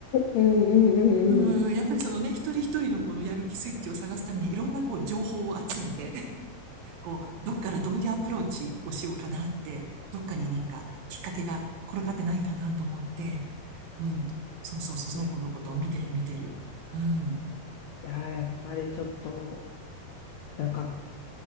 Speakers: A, on the left (about 80°); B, on the right (about 80°).
A: うんうんうん。
B: うん、やっぱりそのね、一人一人のこのやる気スイッチを探すために、いろんなこう情報を集めて、<laughs> こう、どっからどういうアプローチをしようかなって、どっかになんかきっかけが転がってないかなと思って、うん、そうそうそう、その子のことを見てる見てる。
A: いやー、い
B: うん、
A: やーやっぱりちょっと、なんか、